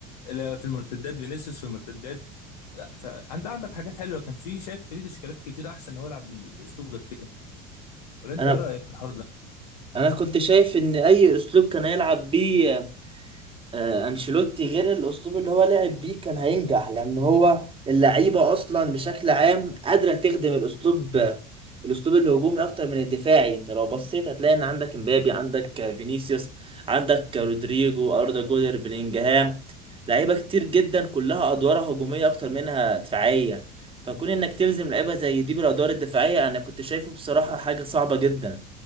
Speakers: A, on the left; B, on the right.
A: لا في المرتدات فينيسيوس في المرتدات لا فانت عندك حاجات حلوه كان في شايف في تشكيلات كتير احسن ان هو يلعب بال- باسلوب غير كده ولا انت
B: أنا
A: ايه رايك في الحوار ده
B: أنا كنت شايف إن أي أسلوب كان هيلعب بيه آه، انشيلوتي غير الاسلوب اللي هو لعب بيه كان هينجح لان هو اللعيبه اصلا بشكل عام قادره تخدم الاسلوب الاسلوب الهجومي اكتر من الدفاعي انت لو بصيت هتلاقي ان عندك امبابي عندك آه، فينيسيوس عندك آه، رودريجو اردا جولر بلينجهام لعيبه كتير جدا كلها ادوارها هجوميه اكتر منها دفاعيه فكون انك تلزم لعيبه زي دي بالادوار الدفاعيه انا كنت شايفه بصراحه حاجه صعبه جدا